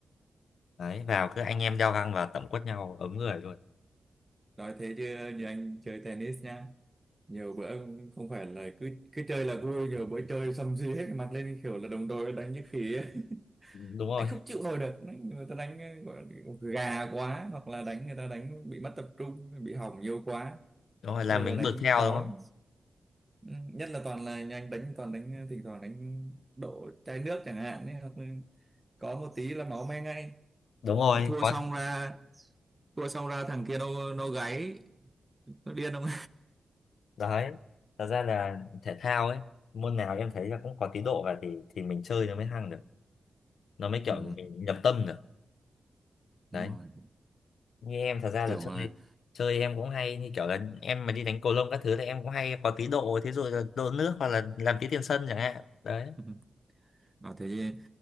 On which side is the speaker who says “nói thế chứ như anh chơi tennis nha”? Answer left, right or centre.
Right